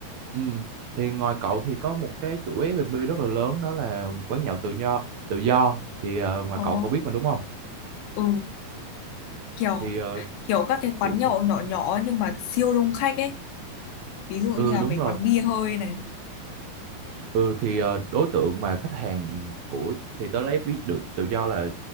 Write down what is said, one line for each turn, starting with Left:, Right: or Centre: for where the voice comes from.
Right: ừm, thì ngoài cậu thì có một cái chủ FB rất là lớn đó là quán nhậu tự do tự do thì ờ, ngoài
Left: ờ,
Right: cậu cậu biết mà đúng không
Left: ừ, kiểu
Right: thì ờ,
Left: kiểu các cái quán
Right: kiểu
Left: nhậu
Right: sao
Left: nhỏ nhỏ nhưng mà siêu đông khách ấy. Ví dụ như
Right: ừ
Left: là
Right: đúng
Left: mấy
Right: rồi
Left: quán bia hơi này.
Right: Ừ thì ờ, đối tượng mà khách hàng của thì tớ lấy ví dụ tự do là